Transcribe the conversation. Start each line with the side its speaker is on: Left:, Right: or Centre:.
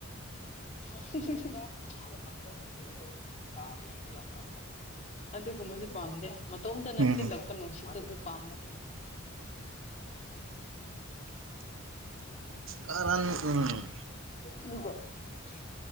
Left: <unintelligible> ꯑꯗꯨꯒꯨꯝꯕꯖꯨ ꯄꯥꯝꯗꯦ ꯃꯇꯣꯝꯇꯅ
Right: ꯎꯝ
Left: ꯁꯤꯜꯂꯛꯄ ꯅꯨꯡꯁꯤꯠꯇꯣ ꯑꯗꯨ ꯄꯥꯝꯃꯤ
Right: ꯀꯔꯟ ꯎꯝ
Left: <unintelligible> <inaudible>